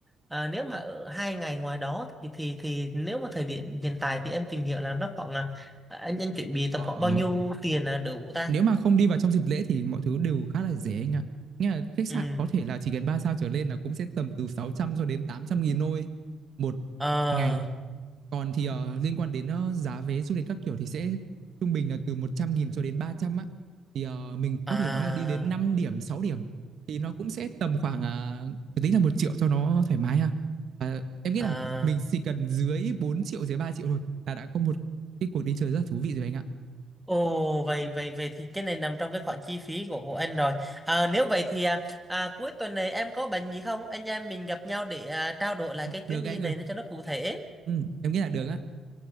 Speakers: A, in the centre; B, on the right (about 60°).
A: à, nếu mà ở hai ngày ngoài đó thì thì thì nếu mà thời điểm hiện tại thì em tìm hiểu là nó khoảng là à, anh anh chuẩn bị
B: ờ,
A: tầm khoảng bao nhiêu tiền là đủ ta?
B: nếu mà không đi vào trong dịp lễ thì mọi thứ đều khá là rẻ anh ạ. Nghĩa là khách
A: Ừ.
B: sạn có thể là chỉ cần 3 sao trở lên là cũng sẽ tầm từ 600 cho đến tám trăm nghìn thôi một
A: À,
B: ngày. Còn thì, ờ, liên quan đến, ơ, giá vé du lịch các kiểu thì sẽ trung bình là từ 100.000 cho đến 300 á. Thì, ờ, mình
A: à,
B: có thể nói là đi đến 5 điểm, 6 điểm thì nó cũng sẽ tầm khoảng, à, tính là một triệu cho nó thoải mái ha. Ờ, em nghĩ
A: à.
B: là mình chỉ cần dưới bốn triệu dưới ba triệu thôi là đã có một cái cuộc đi chơi rất là thú vị rồi anh ạ.
A: Ồ vậy vậy vậy thì cái này nằm trong cái khoản chi phí của của anh rồi. À, nếu vậy thì à, à, cuối tuần này em có bệnh gì không? Anh em mình gặp nhau để à, trao đổi lại cái chuyến
B: Được
A: đi
B: anh
A: này
B: ơi.
A: nó cho nó cụ thể.
B: Ừm, em nghĩ là được á,